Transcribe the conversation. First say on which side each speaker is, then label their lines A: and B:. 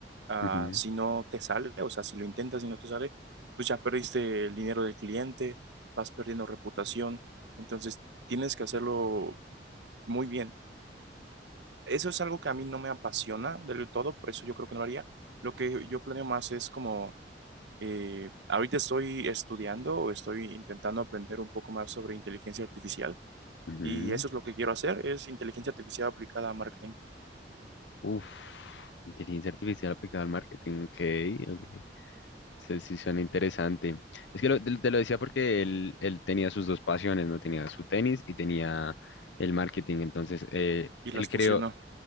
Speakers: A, on the right; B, on the left.
A: ah,
B: Ujú,
A: si no te sale, o sea, si lo intentas y no te sale, pues ya perdiste el dinero del cliente, vas perdiendo reputación. Entonces, tienes que hacerlo muy bien. Eso es algo que a mí no me apasiona del todo, por eso yo creo que no lo haría. Lo que yo planeo más es como eh, ahorita estoy estudiando o estoy intentando aprender un poco más sobre inteligencia artificial
B: ujú.
A: y eso es lo que quiero hacer, es inteligencia artificial aplicada a marketing
B: Uf, inteligencia artificial aplicada al marketing. Ok, ok. Sí, sí suena interesante. Es que lo- te, te lo decía porque él, él tenía sus dos pasiones, ¿no? Tenía su tenis y tenía el marketing. Entonces, eh,
A: y
B: él
A: las
B: creó,
A: fusiono.